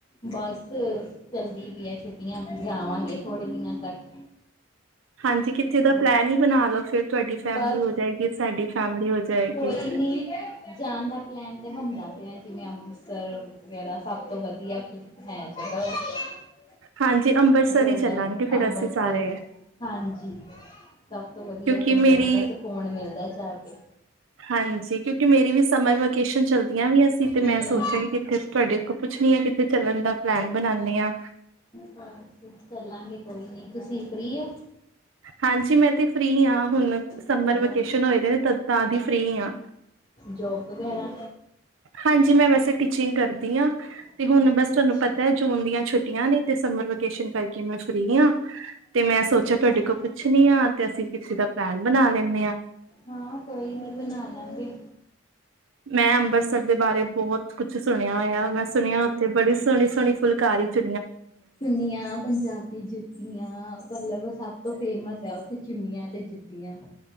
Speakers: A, on the left; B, on the right.
A: ਬਸ ਜਲਦੀ ਵੀ ਹੈ ਛੁੱਟੀਆਂ ਜਾਵਾਂਗੇ ਥੋੜ੍ਹੇ ਦਿਨਾਂ ਤੱਕ
B: ਹਾਂਜੀ ਕਿੱਥੇ ਦਾ
A: ਹੋਰ
B: ਪਲੈਨ ਹੀ ਬਣਾ ਲਓ ਫਿਰ ਤੁਹਾਡੀ ਫੈਮਿਲੀ
A: ਬਸ
B: ਹੋ ਜਾਏਗੀ ਸਾਡੀ ਫੈਮਿਲੀ ਹੋ ਜਾਏਗੀ।
A: ਕੋਈ ਨੀ ਜਾਣ ਦਾ ਪਲੈਨ ਤੇ ਬੰਦਾ ਪਿਆ ਜਿਵੇਂ ਅੰਮ੍ਰਿਤਸਰ ਵਗੈਰਾ ਸਭ ਸਭ ਤੋਂ ਵਧੀਆ ਹੈ ਜਗ੍ਹਾ ਉਹ
B: ਹਾਂਜੀ ਅੰਮ੍ਰਿਤਸਰ
A: ਗੋਲਡਨ
B: ਹੀ ਚੱਲਾਂਗੇ ਫੇਿਰ
A: ਅੰਬਰਸਰ
B: ਅਸੀਂ ਸਾਰੇ
A: ਹੀ ਹਾਂਜੀ ਸਭ ਤੋਂ ਵਧੀਆ
B: ਕਿ
A: ਜਗ੍ਹਾ
B: ਮੇਰੀ
A: ਬੰਦਾ ਸਕੂਨ ਮਿਲਦਾ ਜਾ ਕੇ
B: ਹਾਂਜੀ ਕਿਉਂਕਿ ਮੇਰੀ ਵੀ ਸਮਝ ਸ਼ਨ ਚਲਦੀਆਂ ਵੀ ਅ ਸੀ ਤੇ
A: ਹਮ
B: ਮੈਂ ਸੋਚਿਆ ਕਿੱਥੇ ਤੁਹਾਡੇ ਕੋਲ ਪੁੱਛਣੀੀਆਂ ਕਿ ਚੱਲਣ ਦਾ ਪਲੈਨ ਬਣਾਣੇ ਆ।
A: ਬਸ ਚੱਲਾਂਗੇ ਕੋਈ ਨੀ ਤੁਸੀਂ ਪ੍ਰੀ ਹੋ
B: ਹਾਂਜੀ ਮੈਂ ਤੇ ਫ੍ਰਰੀ ਹਾਂ ਹੁਣ ਸਮਰ
A: ਹੋਰ
B: ਵੇਕੇਸ਼ਨ ਹੋਏ ਤਾਂ ਦੀ ਫ੍ਰੀ ਹ
A: ਜੋਬ ਵਗੈਰਾ
B: ਹਾਂਜੀ ਮੈਂ ਵੈਸੇ ਟੀਚਿੰਗ ਕਰਦੀ ਹਾਂ ਤੇ
A: ਅੱਛਾ
B: ਹੁਣ ਬਸ ਤੁਹਾਨੂੰ
A: ਅੱਛਾ
B: ਪਤਾ ਜੂਨ ਦੀਆਂ ਛੁੱਟੀ ਛਟੀਆਂ ਨੇ ਤੇ ਸਮਰ ਵੇਕੇਸ਼ਨ ਕਰਕੇ ਮੈਂ ਫ੍ਰਰੀ ਹਾਂ ਤੇ
A: ਅੱਛਾ
B: ਮੈਂ ਸੋਚਿਆ
A: ਅੱਛਾ
B: ਤੁਹਾਡੇ ਕੋਲ ਪੁੱਛਣੀ ਹਾਂ ਤੇ ਅਸੀਂ ਕਿਸੇ ਦਾ ਪਲੈਨ ਬਣਾ ਲੈਂਦੇ ਹਾਂ
A: ਹਾਂ ਕੋਈ ਨੀ ਬਣਾ ਲਾਂਗੇ
B: ਮੈਂ ਅੰਬਸ ਦੇ ਬਾਰੇ ਬਹੁਤ ਕੁਛ ਸੁਣਿਆ ਹੋਇਆ ਮੈਂ ਸੁਣਿਆ ਉੱਥੇ ਬੜੀ ਸੋਹਣੀ ਸੋਹਣੀ ਫੁਲਕਾਰੀ ਚ
A: ਚੁੰਨੀਆਂ ਪੰਜਾਬੀ ਜੁੱਤੀਆਂ ਮਤਲਬ ਸਪ ਤੋਂ ਫੇਮਸ ਹੈ ਉੱਥੇ ਚੁੰਨੀਆਂ ਤੇ ਜੁੱਤੀਆਂ